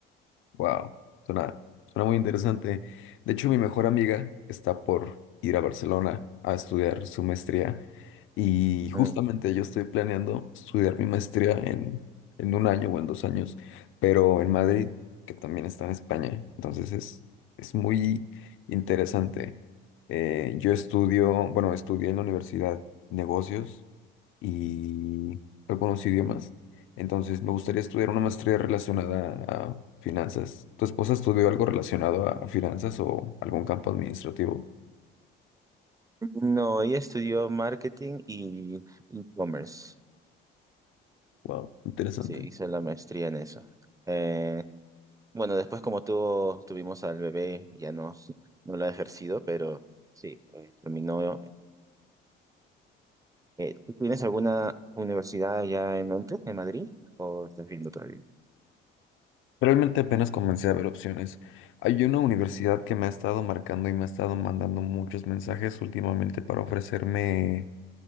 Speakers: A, on the left (about 75°); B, on the right (about 15°).
A: Wow, suena, suena muy interesante. De hecho, mi mejor amiga está por ir a Barcelona a estudiar su maestría y justamente
B: Mm.
A: yo estoy planeando estudiar mi maestría en, en un año o en dos años, pero en Madrid, que también está en España. Entonces es, es muy interesante. Eh, yo estudio, bueno, estudié en la universidad negocios y algunos idiomas. Entonces, me gustaría estudiar una maestría relacionada a finanzas. ¿Tu esposa estudió algo relacionado a, a finanzas o algún campo administrativo?
B: No, ella estudió marketing y e-commerce.
A: Wow, interesante.
B: Sí, hice la maestría en eso. Eh, bueno, después como tuvo, tuvimos al bebé, ya no, <laughs> no lo ha ejercido, pero sí, eh, terminó. Eh, ¿tú tienes alguna universidad allá en Monte, en Madrid? ¿O estás viendo todavía?
A: Realmente apenas comencé a ver opciones. Hay una universidad que me ha estado marcando y me ha estado mandando muchos mensajes últimamente para ofrecerme